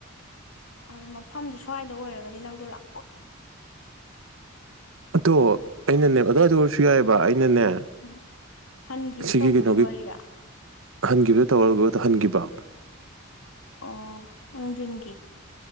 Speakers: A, on the left; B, on the right.
A: ꯑꯗꯨ ꯃꯐꯝꯁꯤ ꯁ꯭ꯋꯥꯏꯗ ꯑꯣꯏꯔꯒꯗꯤ ꯅꯪꯗꯣ ꯂꯥꯛ
B: ꯑꯗꯣ ꯑꯩꯅꯅꯦ ꯑꯗꯨꯋꯥꯏꯗ ꯑꯣꯏꯔꯁꯨ ꯌꯥꯏꯑꯕ ꯑꯩꯅꯅꯦ
A: ꯎꯝ ꯍꯟꯦ
B: ꯁꯤꯒꯤ
A: ꯇꯧꯕꯒꯤ
B: ꯀꯩꯅꯣꯒꯤ
A: ꯋꯥꯔꯤꯔꯥ
B: ꯍꯟꯈꯤꯕꯗ ꯇꯧꯔꯒ ꯇꯧꯍꯟꯈꯤꯕ
A: ꯑꯣ ꯎꯗꯤꯟꯒꯤ